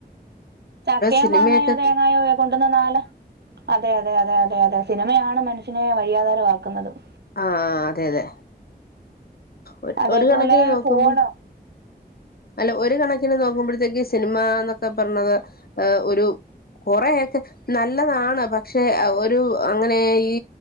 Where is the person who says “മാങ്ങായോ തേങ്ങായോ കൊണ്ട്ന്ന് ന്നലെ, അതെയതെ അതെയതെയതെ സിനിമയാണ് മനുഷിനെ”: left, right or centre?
Right